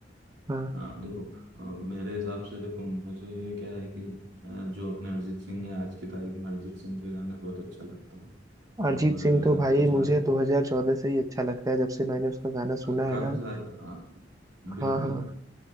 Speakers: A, on the right; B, on the right.
A: हाँ
B: हाँ देखो अ, मेरे हिसाब से देखो मुझे क्या है कि अ, जो अपने अरिजीत सिंह है आज की तारीख में अरिजीत सिंह के गाने बहुत अच्छा लगता है
A: अरिजीत
B: और
A: सिंह तो भाई
B: अ, कुछ गा
A: मुझे 2014 से ही अच्छा लगता है जब से मैंने उसका गाना
B: का,
A: सुना है
B: काफी
A: ना
B: सारे अ, बिल्कुल
A: हाँ हाँ